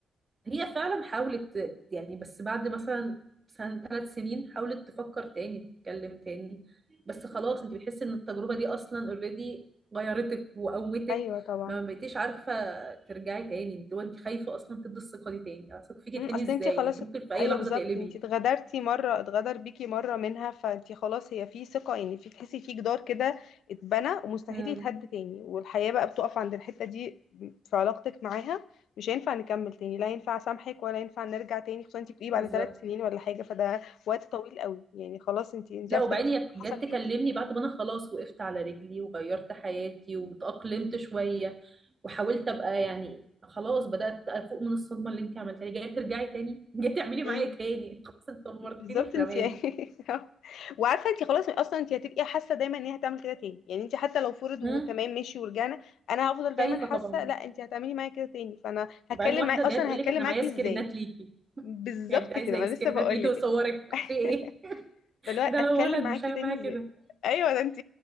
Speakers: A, on the right (about 25°); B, on the left (about 85°).
A: هي فعلا حاولت يعني بس بعد مثلا سنة ثلاث سنين حاولت تفكر تاني تتكلم تاني بس خلاص انت بتحسي ان التجربة دي اصلا اوريدي غيرتك وقوتك
B: ايوه طبعا
A: ما بقيتيش عارفة ترجعي تاني انت وانت خايفة اصلا تدي الثقة دي تاني اثق فيكي
B: مم،
A: تاني
B: اصل
A: ازاي
B: انتي خلاص
A: انت ممكن
B: ات-
A: في اي
B: ايوه
A: لحظة
B: بالظبط
A: تقلبي
B: انتي اتغدرتي مره اتغدر بيكي مره منها فانتي خلاص هي في ثقه يعني في تحسي في جدار كده اتبنى ومستحيل
A: مم.
B: يتهد تاني والحياه بقى بتقف عند الحته دي في علاقتك معاها مش هينفع نكمل تاني لا ينفع اسامحك ولا ينفع نرجع تاني خصوصا انتي بتقولي بعد
A: بالظبط
B: ثلاث سنين ولا حاجه فده وقت طويل قوي يعني خلاص انتي انتي
A: لا
B: عارفه
A: وبعدين
B: ثلاث سنين
A: هي
B: دول حصل
A: جت
B: فيهم
A: تكلمني
B: ايه
A: بعد ما انا خلاص وقفت على رجلي وغيرت حياتي وتأقلمت شوية وحاولت ابقى يعني خلاص بدأت افوق من الصدمة اللي انت عملتها لي جاية ترجعي تاني <laughs> جاية تعملي
B: مم.
A: معايا تاني <laughs> خلاص انت دمرتني
B: بالظبط
A: في
B: انت
A: زمان
B: يعني <laughs> وعارفه انت خلاص اصلا انت هتبقي حاسه دايما ان هي هتعمل كده تاني يعني انت حتى لو فرض
A: مم.
B: وتمام ماشي ورجعنا انا هفضل دايما
A: خايفة
B: حاسه
A: طبعا
B: لا انت هتعملي معايا كده تاني فانا هتكلم
A: وبعدين واحدة
B: معاك اصلا
A: جاية تقول
B: هتكلم
A: لك انا
B: معاكي
A: معايا سكرينات
B: ازاي
A: ليكي
B: بالظبط
A: <laughs> يعني انت عايزة
B: كده
A: ايه
B: ما أنا
A: سكرينات
B: لسه بقول
A: ليكي
B: لك
A: وصورك في ايه
B: <laughs>
A: <laughs>
B: فاللي هو
A: ده
B: اتكلم
A: لو ولد
B: معاكي
A: مش هيعمل
B: تاني
A: معايا
B: ازاي
A: كده
B: ايوه ده انت